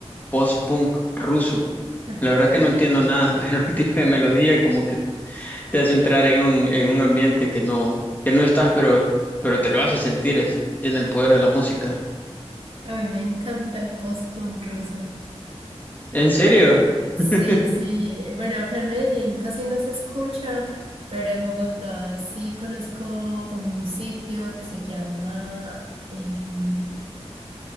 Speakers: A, on the left (about 15°); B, on the right (about 55°).
A: post-punk ruso.
B: <laughs>
A: La verdad que no entiendo nada, <laughs> pero el tipo de melodía como que te hace entrar en un, en un ambiente que no, que no estás, pero, pero te lo hace sentir, es- tiene el poder de la música.
B: A mí me encanta el post-punk ruso.
A: ¿En serio?
B: Sí,
A: <laughs>
B: sí. Bueno, acá en Medellín casi no se escucha, pero en Bogotá sí conozco como un sitio que se llama em,